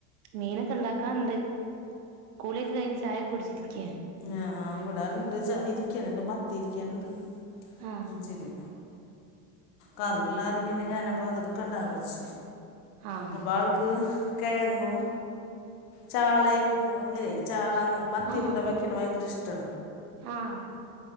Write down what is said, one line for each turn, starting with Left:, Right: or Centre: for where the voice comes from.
Right: മീനൊക്കെ ണ്ടാക്കാൻണ്ട് കുളിയൊക്കെ കഴിഞ്ഞ് ചായൊക്കെ കുടിച്ചിരിക്ക
Left: ആഹ് ആഹ് ഇവടെണ്ട് ചാരിക്കണണ്ട് മത്തി ഇരിക്കണണ്ട്
Right: ആഹ്
Left: ഫ്രിഡ്ജില് കറിള്ളാരണം പിന്നെ ഞാനപ്പ അത് എടുക്കണ്ടാന്ന് വെച്ച്
Right: ആഹ്
Left: അപ്പൊ ആൾക്ക് കിഴങ്ങും ചാളയും ഇങ്ങനെ ചാള മത്തി
Right: ആഹ്
Left: കൂടെ വെക്കണ ഭയങ്കര ഇഷ്ടാ
Right: ആഹ്